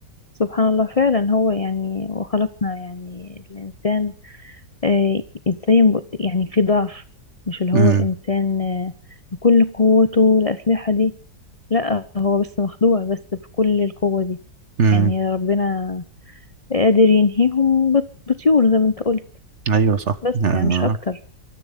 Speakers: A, on the left; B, on the right.
A: سبحان الله فعلا هو يعني وخلقنا يعني الإنسان آه، ازاي ينب- يعني في ضعف مش اللي هو
B: امم
A: الإنسان آه، بكل قوته الأسلحة دي لا هو بس مخدوع بس بكل القوة دي
B: امم
A: يعني ربنا قادر ينهيهم بط- بطيور زي ما انت قلت
B: ايوه صح
A: بس
B: يعني
A: يعني مش أكتر